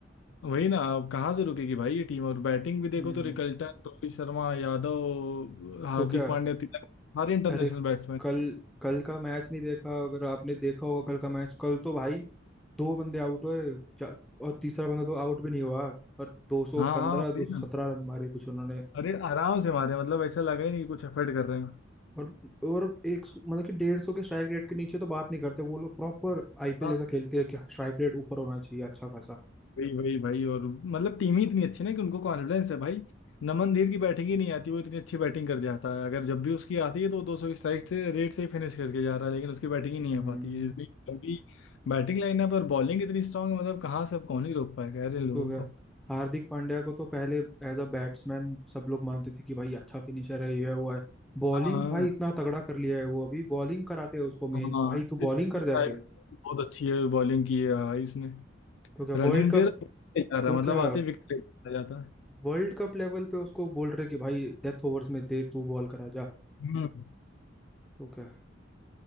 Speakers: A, on the left; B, in the centre.
A: वही ना अब कहाँ से रुकेगी भाई ये टीम और बैटिंग भी देखो
B: हम्म
A: तो रिकल्टन रोहित शर्मा यादव हार्दिक
B: तो क्या
A: पांड्या तिलक सारे इंटरनेशनल
B: अरे
A: बैट्समैन
B: कल कल का मैच नहीं देखा अगर आपने देखा होगा कल का मैच कल तो भाई दो बंदे आउट हुए चा- और तीसरा बंदा तो आउट भी नहीं हुआ और 215
A: हाँ हाँ वही
B: 217
A: ना
B: रन मारे कुछ उन्होंने
A: अरे आराम से मारे मतलब ऐसा लगा ही नहीं कि कुछ एफर्ट कर रहे हैं
B: और और एक सौ- मतलब कि डेढ़ सौ के स्ट्राइक रेट के नीचे तो बात नहीं करते वो लोग प्रॉपर आईपीएल
A: हाँ
B: जैसा खेलते हैं कि स्ट्राइक रेट ऊपर होना चाहिए अच्छा खासा
A: वही वही भाई और मतलब टीम ही इतनी अच्छी ना कि उनको कॉन्फिडेंस है भाई नमन धीर की बैटिंग ही नहीं आती वो इतनी अच्छी बैटिंग कर जाता है अगर जब भी उसकी आती है तो दो सौ की स्ट्राइक से रेट से ही फिनिश करके जा रहा है लेकिन उसकी बैटिंग ही नहीं
B: हम्म
A: आ पाती है इसलिए क्योंकि बैटिंग लाइनअप और बॉलिंग इतनी स्ट्रांग है मतलब कहाँ से अब कौन ही रोक पाएगा यार इन लोगों
B: तो क्या
A: को
B: हार्दिक पांड्या को तो पहले एज अ बैट्समैन सब लोग मानते थे कि भाई अच्छा फिनिशर है ये है वो है बॉलिंग
A: हाँ
B: भाई इतना तगड़ा कर लिया है वो अभी बॉलिंग कराते हैं उसको
A: हाँ
B: मेन भाई तू
A: इस
B: बॉलिंग कर
A: इस टाइप
B: जाके
A: बहुत अच्छी है बॉलिंग की है हाँ, इसने
B: तो क्या
A: रनिंग
B: वर्ल्ड कप
A: देर जा रहा
B: तो
A: है मतलब
B: क्या
A: आते विकेट जाता है
B: वर्ल्ड कप लेवल पे उसको बोल रहे कि भाई डेथ ओवर्स में दे तू बॉल करा जा
A: हम्म
B: तो क्या